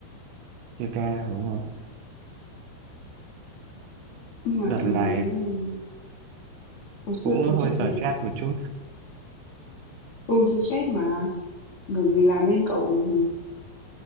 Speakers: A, on the right; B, on the left.
A: chia ca đúng không
B: nhưng mà
A: đợt
B: thường
A: này
B: mấy cái này hồi xưa
A: cũng
B: tôi trực
A: hơi stress
B: mệt cực
A: một chút
B: ừ tôi stress mà bởi vì làm bên cậu